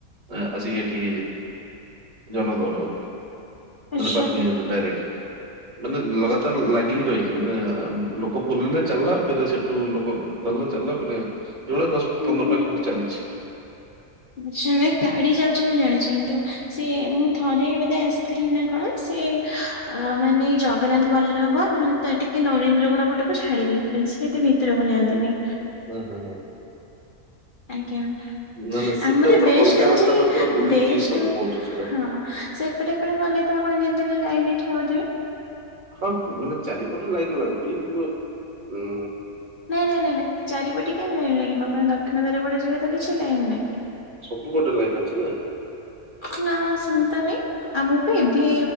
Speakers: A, on the right (about 60°); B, on the left (about 40°).
A: ଆ ଆସିକି ଏଇଠି ଜନଗନ।
B: ଆଚ୍ଛା
A: ମାନେ ପାର୍କିଂ ରୁ ଡାଇରେକ୍ଟ। ମାନେ ଲଗାତାର ଲାଗିକି ରହିଚି ମାନେ ଆ ଲୋକ ପୁରିଲେ ଚାଲିଲା ଫେରେ ସେଠୁ ଲୋକ। ଭଲ ଚାଲିଲା ପରେ ଏଇଭଳିଆ ଦଶ
B: ହୁଁ
A: ପନ୍ଦର
B: ହୁଁ
A: ଟା ଖଣ୍ଡେ ଚାଲିଛି।
B: <unintelligible> ଗାଡି ଯାଉଛି ମୁଁ ଜାଣିଛି କିନ୍ତୁ ସେ ମୁଁ ଥରେ ବୋଧେ ଆସିଥିଲି ନା କଣ ସେ। ଅ ମାନେ ଜଗନ୍ନାଥ ବଲ୍ଲଭ ନହେଲେ ତ ଟିକେ ନରେନ୍ଦ୍ର ଗୋଣ ପଟକୁ ଛାଡିବି। ପ୍ଲେସ କୁ ଏତେ ଭିତରକୁ ନିଅନ୍ତିନି।
A: ଓହୋ ହୋ।
B: ଆଜ୍ଞା।
A: ନା ନା ସେଟା
B: ଆମର
A: ତ
B: ବେଷ୍ଟ
A: ଅଲଗା
B: ହଉଛି
A: ରାସ୍ତା ଟା ପୁରା ବୁଲିକି
B: ବେଷ୍ଟ
A: ତମେ କହୁଛ ସେଟା।
B: ହଁ ସେପଟେ। ଆପଣ ଗଲେ ତ ଆପଣ ଯେମିତି ହେଲେ ଲାଇନ୍ ରେ ଠିଆହଉଥିବେ?
A: ହଁ ମାନେ ଚାରିପଟେ ଲାଇନ ଲାଗୁଛି କିନ୍ତୁ ଉଁ
B: ନାଇଁ ନାଇଁ ନାଇଁ ନାଇଁ ଚାରିପଟେ କେମିତି ଲାଇନ ଲାଗିବ ଆପଣ ଦକ୍ଷିଣ ଦ୍ୱାର ପଟେ ଯିବେ ତ କିଛି ଲାଇନ ନାଇଁ।
A: ସବୁ ପଟେ ଲାଇନ ଅଛି ନା?
B: ନା ସେମିତି ତ ନାଇଁ। ଆମକୁ ପା ଏବେ